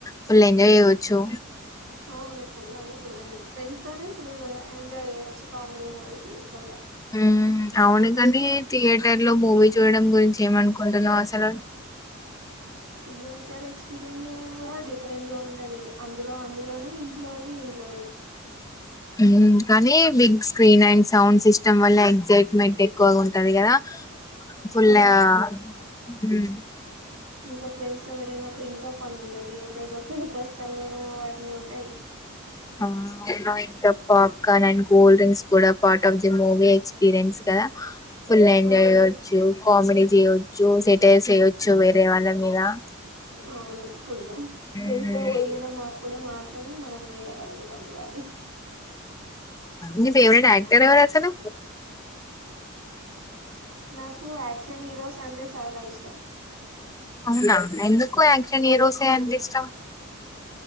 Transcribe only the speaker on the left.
ఫుళ్ళు ఎంజాయ్ చేయచ్చు
ఉమ్ అవును కాని తియే టర్ లో మూవీ చూడడం గురించి ఏమనుకుంటున్నావు అసలు
హు కానీ big screen and sound system వల్ల ఎక్సయిట్మెంటే ఎక్కువగా ఉం అది కదా ఫుల్
ఉమ్ హు
ఆ అవునవును ప్ పాప్కార్న్ అండ్ కూల్ డ్రింక్స్ కూడా part of the movie experience కదా ఫుల్ ఎంజాయ్
చేయచ్చు. కామెడీ చేయచ్చు. సిటల్స్ చేయొచ్చు వేరే వాళ్ళ మీద అ
ఉమ్,
ని ఫేవరెట్ యాక్టర్ ఎవరు అసలు
అవునా ఎందుకు యా క్షన్ హీరోస్ అంటే ఇష్టం